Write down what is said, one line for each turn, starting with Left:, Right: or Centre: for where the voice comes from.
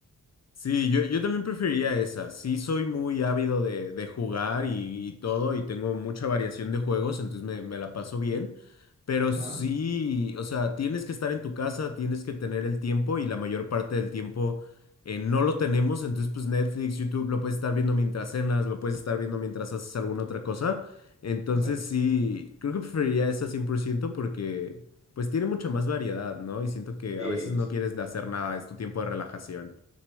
Left: Sí, yo, yo también preferiría esa. Sí, soy muy ávido de, de jugar y, y todo, y tengo mucha variación de juegos, entonces me, me la paso bien. Pero sí,
Right: Ajá,
Left: o sea, tienes que estar en tu casa, tienes que tener el tiempo, y la mayor parte del tiempo eh, no lo tenemos. Entonces, pues Netflix, YouTube, lo puedes estar viendo mientras cenas, lo puedes estar viendo mientras haces alguna otra cosa. Entonces,
Right: exacto.
Left: sí, creo que preferiría esa 100% porque, pues, tiene mucha más variedad, ¿no? Y siento que
Right: Sí,
Left: a veces no quieres de hacer nada, es tu tiempo de relajación.